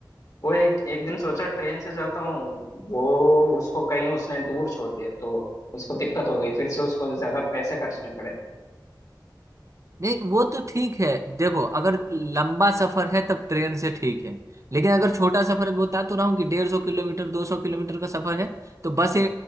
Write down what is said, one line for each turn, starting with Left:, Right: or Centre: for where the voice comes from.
Left: वो एक एक दिन सोचा ट्रेन से जाता हूँ वो उसको कहीं उसने दूर छोड़ दिया तो उसको दिक्कत हो गई फिर से उसको ज्यादा पैसे खर्चने पड़े
Right: नहीं वो तो ठीक है देखो अगर लंबा सफर है तब ट्रेन से ठीक है लेकिन अगर छोटा सफर है बता तो रहा हूँ कि डेढ़ सौ किलोमीटर दो सौ किलोमीटर का सफर है तो बस ये